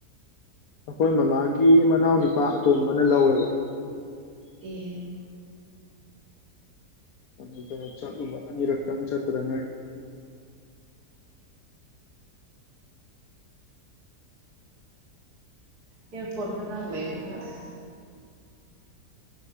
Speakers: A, on the left (about 65°); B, on the right (about 70°).
A: ꯑꯩꯈꯣꯏ ꯃꯃꯥꯒꯤ ꯃꯅꯥꯎ ꯅꯤꯄꯥ ꯑꯇꯣꯝꯕꯅ ꯂꯧꯋꯦꯕ
B: ꯑꯦ
A: ꯑꯗꯨ ꯆꯅꯤ ꯇꯝ ꯆꯈ꯭ꯔꯃꯦ
B: ꯑꯦꯔꯄꯣꯠ ꯃ ꯅꯪꯂꯥꯏꯕꯤꯒꯁ